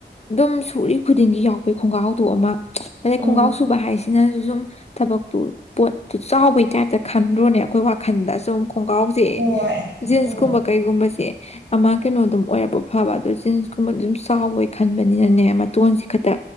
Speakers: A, on the left; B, on the right.
A: ꯑꯗꯨꯝ ꯁꯨꯔꯤ ꯈꯨꯗꯤꯡꯒꯤ ꯌꯥꯎꯕꯩ ꯈꯣꯡꯒ꯭ꯔꯥꯎꯗꯣ ꯑꯃꯥ ꯍꯥꯏꯗꯤ ꯈꯣꯡꯒꯥꯎ
B: ꯎꯝ
A: ꯁꯨꯕ ꯍꯥꯏꯁꯤꯅꯁꯨ ꯁꯨꯝ ꯊꯕꯛꯇꯨ ꯄꯣꯠꯇꯨ ꯆꯥꯎꯕꯩ ꯇꯥꯏꯞꯇ ꯈꯟꯗ꯭ꯔꯣꯅꯦ ꯑꯩꯈꯣꯏ ꯋꯥ ꯈꯟꯗꯥ ꯑꯁꯨꯝ ꯈꯣꯡꯒ꯭ꯔꯥꯎꯁꯦ
B: ꯍꯣꯏ
A: ꯖꯤꯟꯁꯀꯨꯝꯕ
B: ꯎꯝ
A: ꯀꯩꯒꯨꯝꯕꯁꯦ ꯑꯃꯥ ꯀꯩꯅꯣꯗꯨꯝ ꯑꯣꯏꯔꯕꯥ ꯐꯕ ꯑꯗꯨ ꯖꯤꯟꯁꯀꯨꯝꯕꯗꯨ ꯑꯗꯨꯝ ꯆꯥꯎꯕꫭꯏ ꯈꯟꯕꯅꯤꯅꯅꯦ ꯃꯇꯣꯟꯁꯤ ꯈꯠꯇꯥ